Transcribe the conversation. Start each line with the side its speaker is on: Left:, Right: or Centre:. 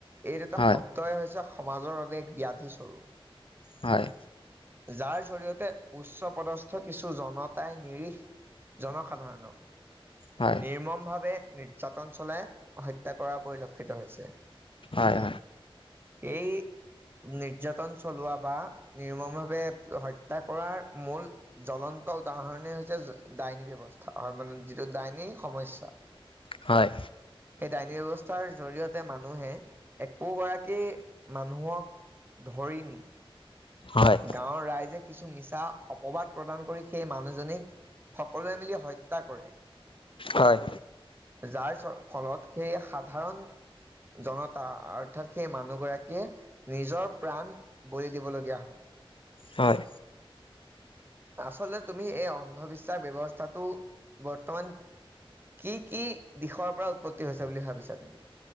Right: এই দুটা
Left: হয়
Right: শব্দই হৈছে সমাজৰ বাবে এক ব্যাধিস্বৰূপ ।
Left: হয়।
Right: যাৰ জৰিয়তে উচ্চ পদস্থ কিছু জনতাই নিৰিখ জনসাধাৰণক
Left: হয়
Right: নিৰ্মপ <unintelligible> ভাৱে নিৰ্যাতন চলাই হত্যা কৰা পৰিলক্ষিত হৈছে
Left: হয় হয়।
Right: ।এই নিৰ্যাতন চলোৱা বা নিৰ্মম ভাৱে হত্যা কৰাৰ মূল জ্বলন্ত উদাহৰণে হৈছে ডাইনী ব্যৱস্থা হয় মানে যিটো ডাইনী সমস্যা । সেই
Left: হয়
Right: ডাইনী ব্যৱস্থাৰ জৰিয়তে মানুহে একোগৰাকী মানুহক ধৰি নি
Left: হয়
Right: গাঁৱৰ ৰাইজে কিছু মিছা অপবাদ প্ৰদান কৰি সেই মানুহজনিক সকলোৱে মিলি হত্যা কৰে ।
Left: হয়।
Right: যাৰ ফলত সেই সাধাৰণ জনতা অৰ্থাৎ সেই মানুহ গৰাকীয়ে নিজৰ প্ৰাণ বলি দিবলগীয়া হয়।
Left: হয়।
Right: আচলতে তুমি এই অন্ধবিশ্বাস ঊব্যৱস্থাটো বৰ্তমান কি কি দিশৰ পৰা উৎপত্তি হৈছে বুলি ভাবিছা তুমি